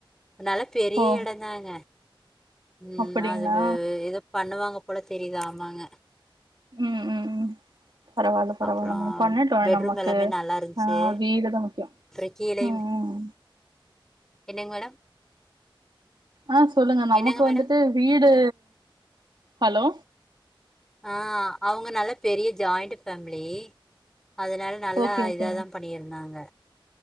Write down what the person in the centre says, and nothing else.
உனால பெரிய
எட தாங்க ம்
அது எத பண்ணுவாங்க கூட தெரியுதா ஆமாங்க
அப்புறோ
பெட்ரூம்
எல்லாமே நல்லா இருந்துச்சு
அப்புறோ கீழயும்
என்னங்க மேடம்
என்னங்க மேடம்
ஆஹ் அவங்க நல்ல பெரிய ஜாயிண்ட் ஃபேமிலி அதனால நல்லா
இதாதான் பண்ணியிருந்தாங்க